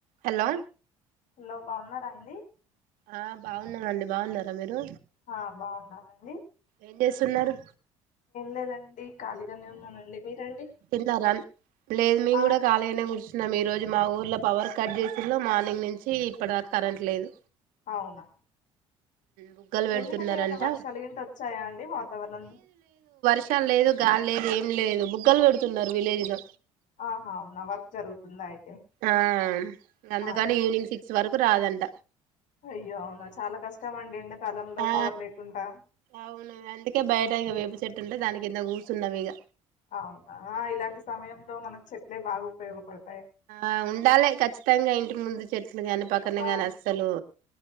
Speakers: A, on the right (about 60°); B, on the left (about 55°).
A: Hello
B: లో బాగున్నారా అడి
A: ఆ బాగున్నమండి బాగున్నారా మీరు
B: ఆ బాగున్నావండి
A: ఏం చేస్తున్నారు
B: లేదండి ఖాళీగానే ఉన్నానండి మీరండి
A: తిన్నార అన్ లేదు మేము
B: ఆ
A: కూడా ఖాళీగానే కుర్చ్ న్నాం ఈ రోజు మా ఊర్లో పవర్ కట్ చేసి మార్నింగ్ నుంచి ఇప్పటి దా కరెంట్ లేదు
B: అవునా
A: బుగ్గలు పెడుతున్నారంట
B: ఎందుకండి ఏమైనా వర్షాలుగింట వచ్చాయా అండి వాతావరణ
A: ర్షం లేదు గాలి లేదు ఏం లేదు బుగ్గల్ వెడ్ తున్నారు విలేజ్లో
B: ఆహా అవునా వర్క్ జరుగుతుందా అయితే
A: ఆ అందుకని
B: ఆహా
A: ఈవినింగ్ సిక్స్ వర్ కు రాదంట
B: అయ్యో అవునా చాలా కష్టం అండి ఎండ కాలంలో
A: ఆ
B: పవర్ లేకుంటా
A: అవును అందుకే బయట ఇక వేపు చెట్టు ఉంటే దాని కింద గూసున్నాం ఇగ
B: అవునా ఇలాంటి సమయంలో మనకు చెట్లే బాగు ఉపయోగపడ్
A: ఆ ఉండాలె ఖచ్చితంగా ఇ టి ముందు చె ట్లు గానీ పక్కనే
B: అవును
A: గానీ అస్సలు